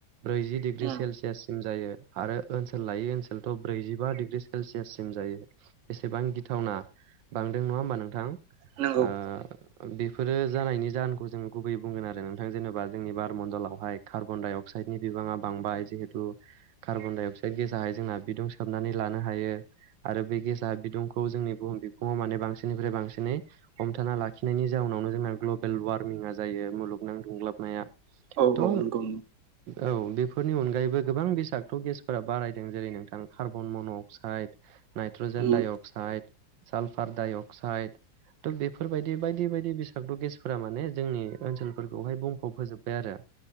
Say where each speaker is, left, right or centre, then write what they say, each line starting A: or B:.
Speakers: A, on the right (about 80°); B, on the right (about 55°).
A: ब्रैजि डिग्रि
B: उम
A: सेलसियाससिम। जायो आरो ओनसोल लायै ओनसोलथ' ब्रैजिबा डिग्रि सेलसियाससिम जायो। दा बेसेबां गिथावना बांदों नङा होमबा नोंथां।
B: नोंगौ।
A: ओ ओ बेफोरो जानायनि जाहोनखौ जोङो गुबै बुंगोन आरो नोंथां जेनेबा जोंनि बारमणडलावहाय कार्बन डाइ अक्साइडनि बिबाङा बांबाय जिहेथु कार्बन दडाइ अक्साइद गेसाहाय जोंना बिदुं सोबनानै लानो हायो आरो बे गेसा बिदुंखौ जोंनि बुहुम बिफङाव माने बांसिननिफ्राय बांसिनै हमथाना लाखिनायनि जाउनावनो जोंना ग्लबेल वार्मिंआ जायो मुलुगनां दुं्लाबनाया
B: औ
A: थ'
B: औ नंगौ नंगौ
A: औ बेफोरनि अनगायैबो गोबां बिसागत' गेसफोरा बारायदों जेरै नोंथां कार्बन मन' oxide nitrogen
B: um
A: dioxide sulphur -dioxide थ' बेफोरबायदि बायदि बायदि बिसागत' गेसफोरा माने जोंनि ओनसोलफोरखौहाय बुंफब होजोब्बाय आरो।